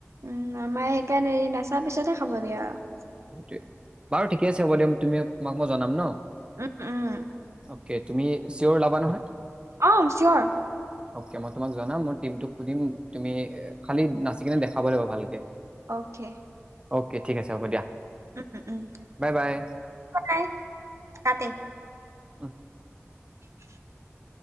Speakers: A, on the right; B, on the right.
A: উম, আমাৰ সেইকাৰণে হেৰি নাচাৰ পিছতেহে খাব দিয়া আৰু।
B: সেইটোৱে বাৰু ঠিক আছে হ'ব দিয়ক তুমি তোমাক মই জনাম ন'।
A: উম, উম।
B: অ'কে তুমি চিঅ'ৰ ওলাবা নহয়।
A: অম, চিয়ৰ।
B: অ'কে, মই তোমাক জনাম মই টিমোক সুধিম তুমি এ খালি নাচি কিনে দেখাব লাগিব ভালকে।
A: অ'কে।
B: অ'কে, ঠিক আছে হ'ব দিয়া।
A: উম-উ-উম,
B: বাই বাই
A: বাই তাতে।
B: অ'।
A: <inaudible>